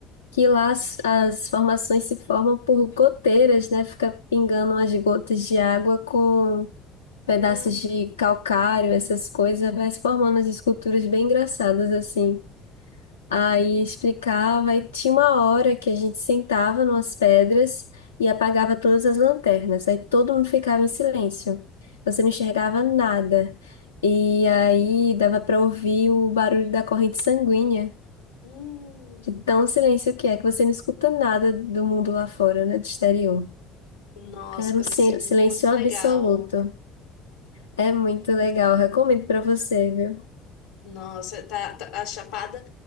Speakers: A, on the left (about 85°); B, on the left (about 65°).
A: que lá as, as formações se formam por goteiras, né? Fica pingando umas gotas de água com pedaços
B: hum,
A: de calcário, essas coisas, vai se formando as esculturas bem engraçadas assim. Aí explicava, e tinha uma hora que a gente sentava numas pedras e apagava todas as lanternas. Aí todo mundo ficava em silêncio. Você não enxergava nada. E aí dava para ouvir o barulho da corrente sanguínea,
B: hum.
A: de tão silêncio que é, que você não escuta nada do mundo lá fora, né, do exterior.
B: Nossa,
A: Era
B: deve
A: um sil-
B: ser muito
A: silêncio
B: legal.
A: absoluto. É muito legal, recomendo para você, viu?
B: Nossa, tá, tá- a Chapada,